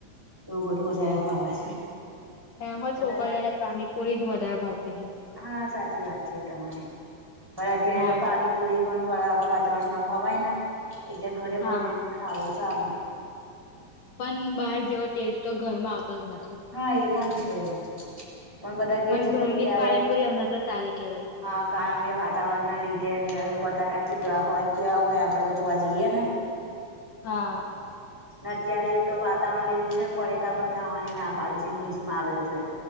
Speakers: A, in the centre; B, on the left.
A: એવું બધું વધારે ફાવે છે.
B: એમ હો
A: મને
B: છોકરીઓ અને પાણીપૂરી જ વધારે ભાવતી હોય.
A: હા સાચી વાત છે તમારી પણ અત્યારે
B: હા
A: તો પાણી પુરી પણ આવા વાતાવરણમાં ખવાયના એટલે ઘરે બનાવીને
B: હા
A: ખાવું સારું.
B: પણ બહાર જેવો ટેસ્ટ તો ઘરમાં આવતો જ નથી.
A: હા એ પણ છે એમ પણ બધા કે છે
B: ઘરની
A: કે અત્યારે
B: જ પાણીપુરી અમને તો સારી કેવાય
A: હા કારણ કે વાતાવરણના લીધે અંદર બટાકા કેવા હોય કેવા હોય આપડે તો જોવા જઈએ ના
B: હા.
A: અત્યારે એક તો વાતાવરણ એવુ છે પરેકા પણ ખાવાની ના પાડી છે ન્યૂઝમાં આવેલું છે.